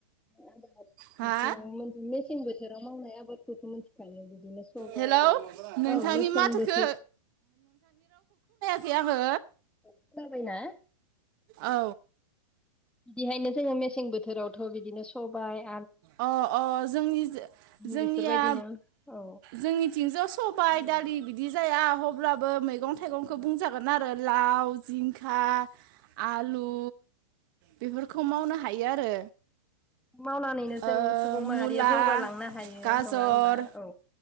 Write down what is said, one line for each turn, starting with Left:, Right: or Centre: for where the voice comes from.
Centre: आ बे
Right: हा
Centre: मेसें बोथोराव मावनाय आबादखौथ मिथिखायो बिदिनो सबाइ
Right: हेलौ नोंथांनि
Centre: औ मेसें
Right: माथोखो
Centre: बोथोर
Right: थैयाबो
Centre: खोना बायना
Right: औ
Centre: बिदिहायनो जोंङो मेसें बोथोरावथ' बिदिनो सबाय
Right: अ अ जोंनि जोंनिया
Centre: बेफोरबायदिनो औ
Right: जोंनिथिंजा सबाय दालि बिदि जाया अब्लाबो मैगं थाइगंखौ बुंजागोन आरो लाव जिंखा आलु बेफोरखौ मावनो हायो आरो
Centre: मावनानै जों
Right: ओ
Centre: सुबुं माहारिया
Right: मुला
Centre: जौगालांनो हायो
Right: गाजर
Centre: नंङा होमबा औ